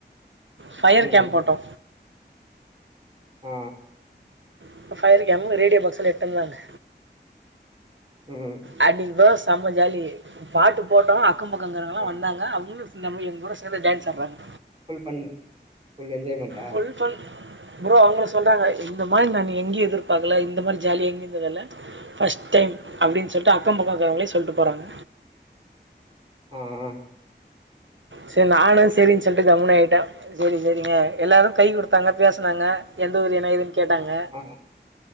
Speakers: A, on the right (about 90°); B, on the right (about 30°).
A: ஃபையர்
B: ம்
A: கேம்ப் போட்டோ
B: ஓ
A: அப்ப ஃபையர் கேமு ரேடியோ பாக்ஸ்லா எட்டு வந்தான
B: ம்
A: அன்னிக்கிதா செம்ம ஜாலி பாட்டு போட்டோ அக்க பக்கருக்கறவங்களா
B: ஆ
A: வந்தாங்க அவங்களு நம்ம எங்க கூட சேந்து டான்ஸ் ஆட்றாங்க
B: ஃபுல் ஃபன் ஃபுல் என்ஜாய்மெண்டா
A: ஃபுல் ஃபன் ஃப்ரோ அவங்களே சொல்றாங்க இந்த மாரி நானு எங்கியு எதிர்பாக்கல இந்த மாரி ஜாலி எங்கியு இருந்ததில்ல ஃபஸ்ட் டைம் அப்டின் சொல்ட்டு அக்க பக்க இருக்குறவங்களே சொல்ட்டு போறாங்க
B: ஓ ஓ
A: செரி நானு செரின் சொல்ட்டு கம்முனு ஆய்ட்ட செரி செரிங்க எல்லாரு கை குடுத்தாங்க பேசுனாங்க எந்த ஊரு என்ன ஏதுன் கேட்டாங்க
B: ஆ